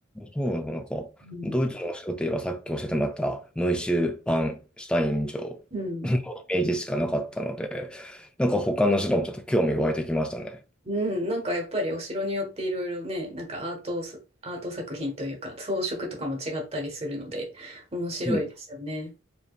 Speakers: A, in the centre; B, on the right.
A: そうなのか、なんか、
B: うん。
A: ドイツのお城といえばさっき教えてもらったノイシュバンシュタイン城、
B: うん、
A: イメージしかなかったので、なんか他の城もちょっと興味湧いてきましたね。
B: うんなんかやっぱりお城によっていろいろね、なんかアート、アート作品というか装飾とかも違ったりするので面白いですよね。
A: うん